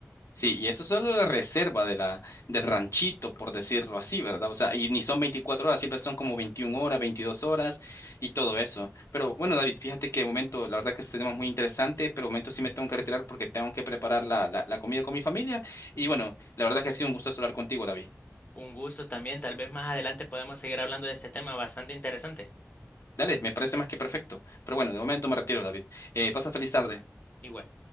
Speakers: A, on the left (about 80°); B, on the left (about 35°).
A: Sí, y eso es solo la reserva de la, del ranchito, por decirlo así, ¿verdad? O sea, y ni son 24 horas, siempre son como 21 horas, 22 horas y todo eso. Pero bueno, David, fíjate que de momento, la verdad que este tema es muy interesante, pero de momento sí me tengo que retirar porque tengo que preparar la, la, la comida con mi familia. Y bueno, la verdad que ha sido un gusto hablar contigo, David.
B: Un gusto también, tal vez más adelante podemos seguir hablando de este tema bastante interesante.
A: Dale, me parece más que perfecto. Pero bueno, de momento me retiro, David. Eh, pasa feliz tarde.
B: Igual.